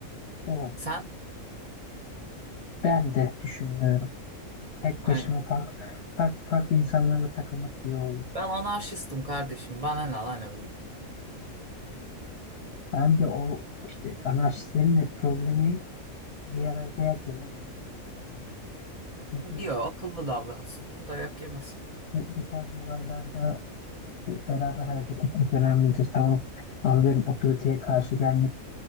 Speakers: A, on the left; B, on the right.
A: Doğru.
B: Sen?
A: Ben de düşünmüyorum. Tek
B: Aynen.
A: başıma farklı farklı, farklı insanlarla takılmak iyi olur.
B: Ben anarşistim kardeşim. Bana ne lan öyle.
A: Bence o işte anarşistlerin de problemi bir araya dayak gelememeleri sanırım. Çünkü
B: Diyor akıllı davransın dayak yemez.
A: bu, bu tarz olaylarda e, beraber hareket etmek önemlidir. Tamam, anlıyorum otoriteye karşı gelmek